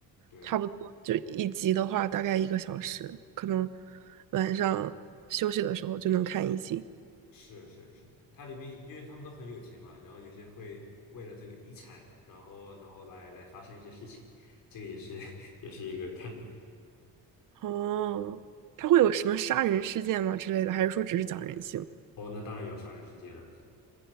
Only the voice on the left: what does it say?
对，
是是是，它里面因为他们都很有钱嘛，然后有些人会为了这个遗产，然后然后来来发生一些事情，这个也是 <laughs> 也是一个看点。
哦，那当然有杀人事件了，